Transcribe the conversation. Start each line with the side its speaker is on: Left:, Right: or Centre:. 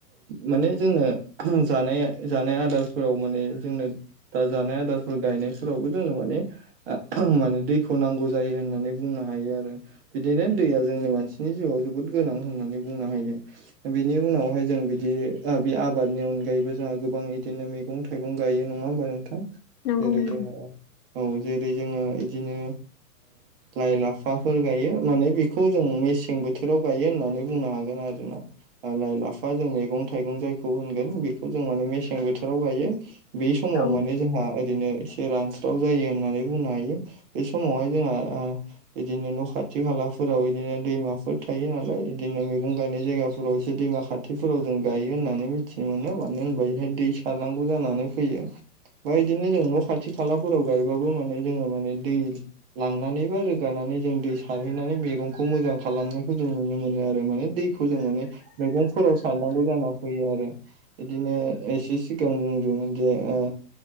Right: माने जोंनो जानाय जानाय आदारफोराव माने जोंनो दा जानाय आदारफोर गायनायफोरावबो जोंनो माने माने दैखौ नांगौ जायो होननानै बुंनो हायो आरो। बिदिनो दैया जोंनि मानसिनि जिउआव जोबोद गोनां होननानै बुंनो हायो। बिनि उनावहाय जों बिदि बे आबादनि अनगायैबो जोंहा गोबां बिदिनो मैगं था थाइगं गायो नङा होमबा नोंथां?
Left: नंगौ
Right: जेरै
Left: नंगौ
Right: जोङो औ जेरै जोङो बिदिनो लाइ लाफा फोर गायो माने बेखौ जों मेसें बोथोराव गायो होननानै बुंनो हागोन आरो ना। लाइ लाफा जों मैगं थाइगं जायखौ होनगोन बेखौ जों माने मेसें बोथोराव गायो। बे समाव
Left: औ
Right: माने जोंहा ओरैनो एस से रानस्राव जायो होननानै बुंनो हायो। बे समावहाय जोंहा बिदिनो न' खाथि खालाफोराव बिदिनो दैमाफोर थायो नालाय बिदिनो मैगं गायनाय जायगाफोराव एसे दैमा खा खाथिफोराव जों गायो होननानै मिथिनो मोनो मानो होनबा बेहाय दै सारनांगौ जानानै फैयो। बा बिदिनो जों न' खाथि खालाफोराव गायबाबो माने जोङो मान दै लांनानै बा रोगानानै जों दै सारहैनानै मैगंखौ मोजां खालामनायखौ जों नुनो मोनो आरो माने दैखौ जों माने मैगंफोराव सारनांगौ जाना फैयो आरो। बिदिनो एसे सिगां बुंदोंमोन जे ओ